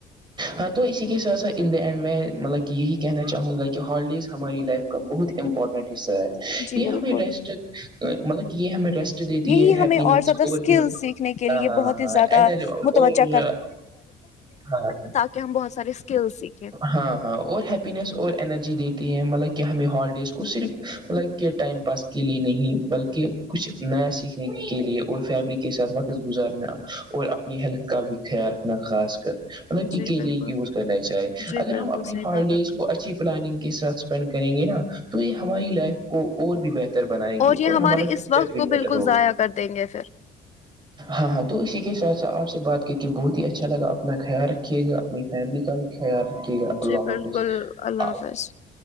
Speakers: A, on the right; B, on the left.
A: ہاں تو اسی کے ساتھ سھ ان دا اینڈ میں مطلب کہ یہی کہنا چاہوں گا کہ ہالیڈیز ہماری لائف کا بہت امپورٹنٹ حصہ ہے
B: جی
A: یہ
B: بالکل
A: ہمیں ریسٹ مطلب کہ یہ ہمیں ریسٹ دیتی
B: یہی
A: ہے
B: ہمیں
A: ہیس
B: زیادہ
A: اور
B: اسکل
A: ہ
B: سیکھنے کے لیے
A: ہاں
B: بہت ہی زیادہ
A: ہ ہاں اور
B: متوجہ
A: ہاں ہاں
B: کہ ہم بہت سارےکلس سیکھے
A: ہاں ہاں اور ہیپینیس اور انرجی دیتی ہے مطلب کہ ہمیں ہالیڈیز کو صرف مطلب کہ ٹائم پاس کے لیے نہیں بلکہ کچھ نیا سیکھنے کے لیے اور فیملی کے ساتھ وقت گزارنا اور اپنے اپنی ہیلتھ کا بھی خیال رکھنا خاص کر م
B: جی
A: کے لیے
B: بالکل
A: یوز کرنا چاہے
B: جی
A: اگر ہم
B: بالکل
A: اپنی
B: صحیح
A: ہالیڈیز
B: بات آپ نے
A: کو اچھی پلاننگ کے ساتھ اسپینڈ کریں گے نا تو یہ ہماری لائف کو اور بھی بہتر ر بنائے گی
B: یہ
A: اور
B: ہمارے
A: ہمارا
B: اس
A: سچت
B: وقت
A: بھی
B: کو بالکل
A: بیہٹر ہوگا
B: ضائع کر دیں گے پھر
A: ہاں ہاں تو اسی کے سھ ساتھ آپ سے بات کر کے بہت ہی اچھا لگا اپنا خیال رکھیے گا اپنی فیملی کا بھی ارک ہے اللہ
B: جی بالکل
A: حافظ
B: اللہ
A: انا
B: حافظ